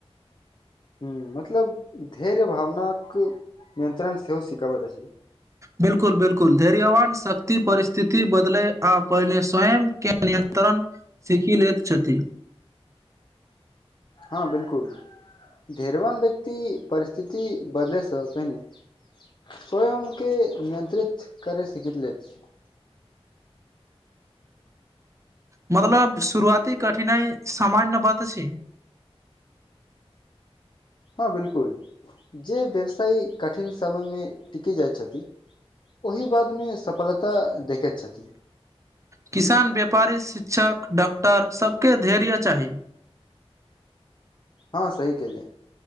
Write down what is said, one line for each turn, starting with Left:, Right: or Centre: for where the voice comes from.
Left: ह मतलब धैर्य भावनाक नियन्त्रण सेहो सिखबैत अछि
Right: बिलकुल बिलकुल धैर्यवान शक्ति परिस्थिति बदल आहिने स्वयं के नियत्रण सीखी लेैत छथि
Left: हँ बिलकुल धैर्यवान व्यक्ति परिस्थिति बदलेसँ पहिने स्वयं के नियंत्रित करे सीख ले छै
Right: मतलब शुरुआती कठिनाइ सामान्य बात छै
Left: हँ बिल्कुल जे व्यवसाय कठिन समयमे टिकि जाइ छथि ओहि बादमे सफलता देखैत छथिन
Right: किसान व्यापारी शिक्षक डॉक्टर सबके धैर्य चाही
Left: हँ सही कले